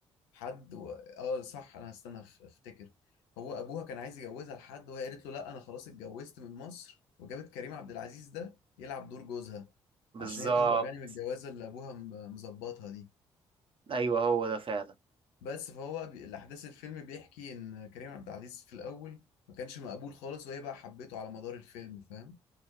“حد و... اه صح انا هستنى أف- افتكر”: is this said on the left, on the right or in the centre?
Left